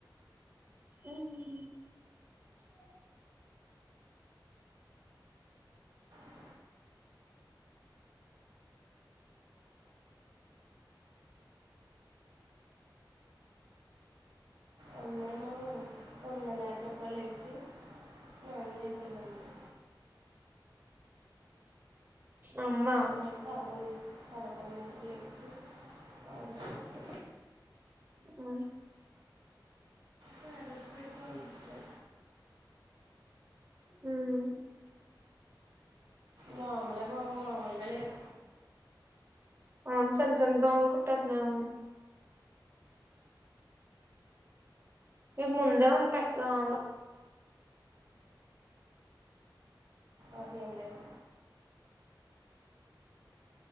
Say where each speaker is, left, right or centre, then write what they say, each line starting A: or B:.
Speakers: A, on the right; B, on the right.
A: ఏమో
B: అ అమ్మలు తోమిదినారాకో ఎపుడో లెగిసి స్నానం చేసి వెళ్ళింది
A: అమ్మ
B: నేను పదకొండు పదకొండు ఇంటికి లేచి తనం చేసి
A: ఆ
B: క్యారేజ్ పెట్టుకుని వచ్చా
A: హ్మ్మ్
B: దోమలే బాబా మామూలుగా లేవు
A: అవును చిన్న చిన్న దోమలు కుటేతున్నాయి అవును మీకు ముందే ఉంటాయి దోమలు
B: అట్లేంలేవు